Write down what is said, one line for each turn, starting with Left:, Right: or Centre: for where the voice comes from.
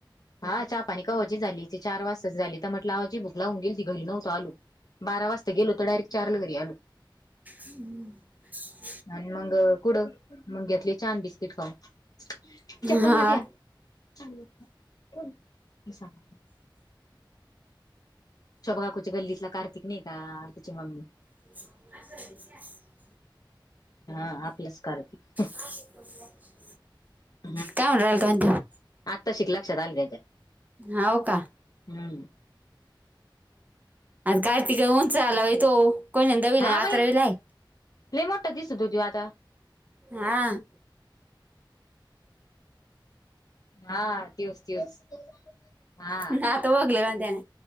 Left: हा चहा पाणी कव्हाची झाली ती चार वाजता झाली तर म्हटलं आवाजी भुकलाऊन गेल ती घरी नव्हतो आलो. बारा वाजता गेलो तर डारेक चार ला घरी आलो.
Right: हम्म <inaudible>
Left: आणि मग कुडं मग घेतले चहा न बिस्किट खाऊ चपन्नात
Right: हा
Left: या. <inaudible> शोभ काकूच्या गल्लीतला कार्तिक नाही का त्याची मम्मी.
Right: <inaudible>
Left: हा आपलाच कार्तिक.
Right: <inaudible>
Left: ह <inaudible>
Right: काय म्हणु राहिल ता?
Left: आत्ताशीक लक्षात आल त्याच्या.
Right: हाव का.
Left: हम्म.
Right: कार्तिक होऊन उंच झाला बाई तो कोणी म्हणे दहावी,
Left: हा
Right: अकरावी
Left: बाई
Right: आहे.
Left: लय मोठा दीसतो गजु आता.
Right: हा..
Left: हा त्योच त्योच हा.
Right: ना आता बघलं का त्याने